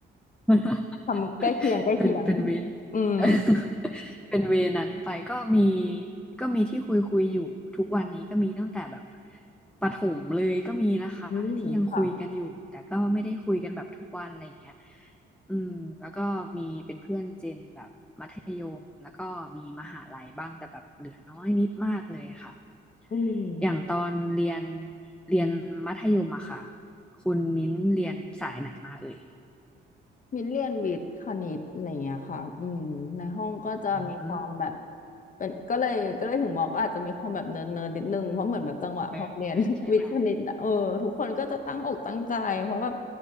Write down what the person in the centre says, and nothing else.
<laughs>
เป็นเป็นเวร
<laughs> เป็นเวรนั้นไปก็มีก็มีที่คุยคุยอยู่ทุกวันนี้ก็มีตั้งแต่แบบประถมเลยก็มีนะคะที่ยังคุยกันอยู่แต่ก็ไม่ได้คุยกันแบบทุกวันอะไรอย่างเงี้ย
อืมแล้วก็มีเป็นเพื่อนเจนแบบมัธยมแล้วก็มีมหาลัยบ้างแต่แบบเหลือน้อยนิดมากเลยค่ะ
อย่างตอนเรียนเรียนมัธยมอะค่ะคุณมิ้นเรียนสายไหนมาเอ่ย
อืม
เออใช่ไหม